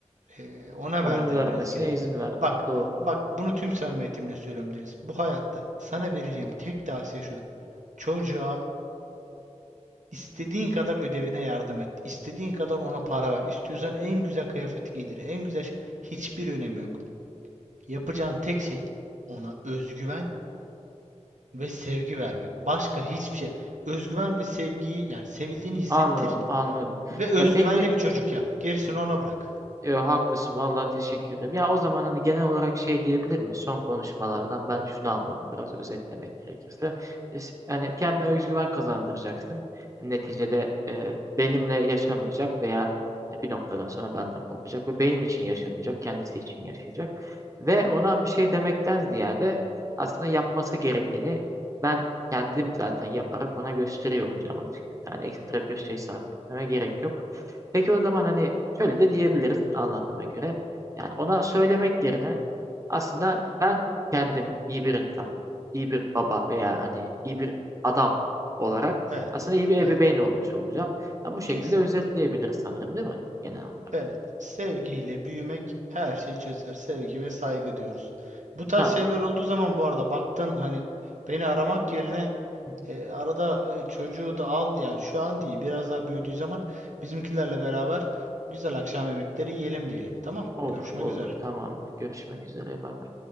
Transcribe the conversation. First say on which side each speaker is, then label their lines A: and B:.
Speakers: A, on the right (about 85°); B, on the right (about 25°).
A: ee, ona
B: Onun
A: verdirmeniz
B: vermesine
A: gerekiyor.
B: izin vermek
A: Bak,
B: doğru.
A: bak bunu tüm samimiyetimle söylüyorum Deniz. Bu hayatta sana vereceğim tek tavsiye şudur. Çocuğa istediğin kadar ödevine yardım et. İstediğin kadar ona para ver. İstiyorsan en güzel kıyafeti giydir. En güzel şey. Hiçbir önemi yok. Yapacağın tek şey ona özgüven ve sevgi vermek. Başka hiçbir şey. Özgüven ve sevgiyi yani sevildiğini
B: <laughs>
A: hissettir
B: Anladım, anladım.
A: ve özgüvenle
B: Ya peki
A: bir çocuk yap. Gerisini ona bırak.
B: Yo, haklısın vallahi teşekkür ederim. Ya o zaman hani genel olarak şey diyebilir miyiz? Son konuşmalardan ben şunu anladım biraz özetlemek gerekirse. Biz- Yani kendine özgüven kazandıracaksın. Neticede e, benimle yaşamayacak veya e, bir noktadan sonra benden kopacak ve benim için yaşamayacak, kendisi için yaşayacak. Ve ona bir şey demekten ziyade aslında yapması gerekeni ben kendim zaten yaparak ona gösteriyor olacağım açıkçası. Yani ekstra bir şey sarf etmeme gerek yok. Peki o zaman hani Şöyle de diyebiliriz anladığıma göre. Yani ona söylemek yerine aslında ben kendim iyi bir insan, iyi bir baba veya hani iyi bir adam olarak
A: Evet.
B: aslında iyi bir ebeveyn
A: Evet.
B: olmuş olacağım. Ya bu şekilde
A: Kesinlikle.
B: özetleyebiliriz sanırım değil mi? Genel olarak.
A: Evet, sevgiyle büyümek her şeyi çözer. Sevgi ve saygı diyoruz. Bu tarz
B: Tamam.
A: şeyler olduğu zaman bu arada baktın hani beni aramak yerine
B: Hı hı,
A: e, arada e, çocuğu da al yani şu an değil biraz daha büyüdüğü zaman bizimkilerle beraber güzel akşam yemekleri yiyelim diyelim. Tamam,
B: Olur,
A: görüşmek
B: olur.
A: üzere.
B: Tamamdır. Görüşmek üzere. Bay bay.